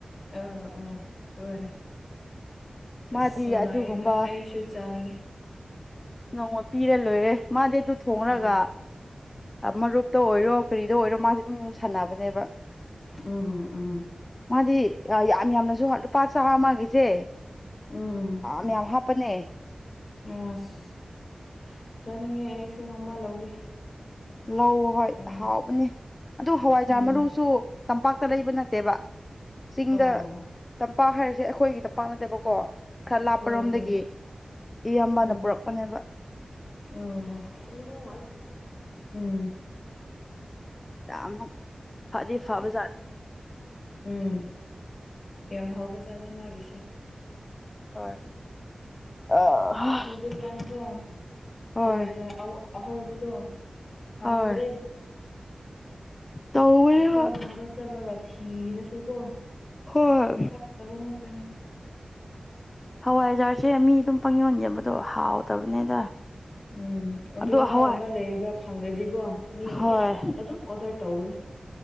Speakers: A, on the left; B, on the left.
A: ꯑꯣ ꯑꯣ ꯍꯣꯏ ꯑꯁ
B: ꯃꯥꯗꯤ
A: ꯅꯨꯡꯉꯥꯏꯒ
B: ꯑꯗꯨꯒꯨꯝꯕ
A: ꯑꯩꯁꯨ ꯆꯥꯅꯤꯡꯉꯦ
B: ꯅꯣꯡꯃ ꯄꯤꯔ ꯂꯣꯏꯔꯦ ꯃꯥꯗꯤ ꯑꯗꯨꯨ ꯊꯣꯡꯔꯒ
A: ꯎꯝ
B: ꯃꯔꯨꯞꯇ ꯑꯣꯏꯔꯣ ꯀꯔꯤꯗ ꯑꯣꯏꯔꯣ ꯃꯥꯁꯦ ꯑꯗꯨꯝ ꯁꯥꯟꯅꯕꯅꯦꯕ
A: ꯎꯝ ꯎꯝ
B: ꯃꯥꯗꯤ ꯌꯥꯝ ꯌꯥꯝꯅꯖꯨ ꯂꯨꯄꯥ ꯆꯥꯝꯃꯒꯤꯁꯦ
A: ꯎꯝ
B: ꯃꯌꯥꯝ ꯍꯥꯄꯅꯦ
A: ꯑꯁ ꯆꯥꯅꯤꯡꯉꯦ ꯑꯩꯁꯨ ꯅꯣꯡꯃ ꯂꯧꯒꯦ
B: ꯂꯧ ꯍꯣꯏ
A: ꯀꯩꯅꯣ
B: ꯍꯥꯎꯕꯅꯦ ꯑꯗꯨ ꯍꯋꯥꯏꯖꯥꯔ
A: ꯎꯝ
B: ꯃꯔꯨꯁꯨ ꯇꯝꯄꯥꯛꯇ ꯂꯩꯕ ꯅꯠꯇꯦꯕ ꯆꯤꯡꯗ
A: ꯑꯣ
B: ꯇꯝꯄꯥꯛ ꯍꯥꯏꯔꯤꯁꯦ ꯑꯩꯈꯣꯏꯒꯤ ꯇꯝꯄꯥꯛ ꯅꯠꯇꯦꯕꯀꯣ ꯈꯔ ꯂꯥꯞꯄꯔꯣꯝꯗꯒꯤ
A: ꯍꯣꯏ ꯍꯣꯏ
B: ꯏꯌꯥꯝꯕꯥꯅ
A: ꯎꯝ
B: ꯄꯨꯔꯛꯄꯅꯦꯕ
A: ꯑꯣ ꯎꯝ
B: ꯌꯥꯝꯅꯨꯡ ꯐꯗꯤ ꯐꯕ ꯖꯥꯠꯅꯤ
A: ꯎꯝ ꯌꯥꯝ ꯍꯥꯎꯕꯖꯥꯠꯅꯤ ꯃꯥꯒꯤꯁꯦ
B: ꯍꯣꯏ ꯑ
A: ꯑꯁ ꯍꯧꯖꯤꯛꯀꯥꯟꯀꯣ
B: ꯍꯣꯏ
A: ꯍꯋꯥꯏꯖꯥꯔꯥ ꯑꯍꯧꯕꯗꯣ ꯐꯗ꯭ꯔꯦ
B: ꯍꯣꯏ ꯇꯧꯕꯅꯦ
A: ꯀꯊ
B: ꯍꯣꯏ
A: ꯃ ꯆꯂ ꯉ ꯀꯤꯔꯁꯨꯀꯣ
B: ꯍꯣꯏ
A: ꯐꯠꯇꯕ ꯉꯇꯅꯤ
B: ꯍꯋꯥꯏꯖꯥꯔꯁꯦ ꯃꯤ ꯑꯗꯨꯝ ꯄꯪ ꯌꯣꯟ ꯌꯦꯕꯗꯣ ꯍꯥꯎꯇꯕꯅꯦꯗ
A: ꯎꯝ ꯑꯗꯨ
B: ꯑꯗꯣ
A: ꯃꯥꯒꯨꯝꯕ
B: ꯍꯋꯥꯏ
A: ꯂꯩꯕꯥ ꯈꯪꯪꯂꯗꯤꯀꯣ ꯃꯤꯌꯥꯝ
B: ꯍꯣꯏ
A: ꯑꯗꯨꯝ ꯑꯣꯗꯔ ꯇꯧꯒꯅꯤ